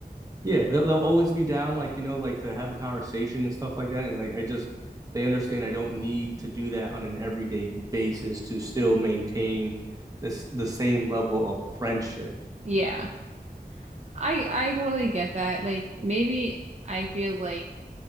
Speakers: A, on the right; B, on the right.
A: Yeah, they'll they'll always be down, like you know, like to have a conversation and stuff like that. And like I just they understand I don't need to do that on an everyday basis to still maintain this the same level of friendship.
B: Yeah. I I totally get that. Like, maybe I feel like